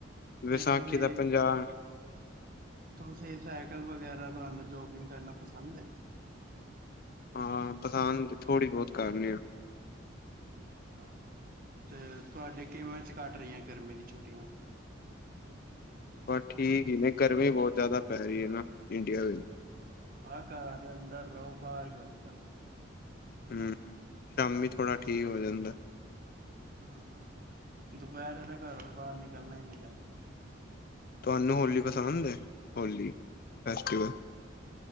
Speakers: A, on the left; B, on the right.
A: ਵਿਸਾਖੀ
B: ਤੇ ਤੁਹੀਂ।
A: ਦਾ ਪੰਜਾਬ
B: ਤੁਸੀਂ ਸਾਈਕਲ ਵਗੈਰਾ, ਤੁਹਾਨੂੰ ਜੋਗਿੰਗ ਕਰਨਾ ਪਸੰਦ ਏ।
A: ਹਾਂ, ਪਸੰਦ ਥੋੜ੍ਹੀ ਬਹੁਤ ਕਰਨੇ ਆ।
B: ਅੱਛਾ, ਤੇ ਤੁਹਾਡੇ ਕਿਵੇਂ 'ਚ ਕੱਟ ਰਹੀਆਂ, ਗਰਮੀ ਦੀ ਛੁੱਟੀਆਂ।
A: ਬ ਠੀਕ ਈ ਨੇ, ਗਰਮੀ ਬਹੁਤ ਜ਼ਿਆਦਾ ਪੈ ਰੀ ਐ ਨਾ, ਇੰਡੀਆ ਵਿੱਚ।
B: ਹਾਂ, ਘਰਾ ਦੇ ਅੰਦਰ ਰਹੋ, ਬਾਹਰ ਕਿਉਂ ਨਿਕਲਣਾ।
A: ਹੂੰ, ਸ਼ਾਮੀ ਥੋੜਾ ਠੀਕ ਹੋ ਜਾਂਦਾ।
B: ਹੁੰ, ਦੁਪਹਿਰ ਵੇਲੇ ਘਰੋ ਬਾਹਰ ਨਿਕਲਣਾ ਈ ਨਹੀਂ ਚਾਹੀਦਾ।
A: ਤੁਹਾਨੂੰ ਹੋਲੀ ਪਸੰਦ ਏ, ਹੋਲੀ ਫੈਸਟੀਵਲ।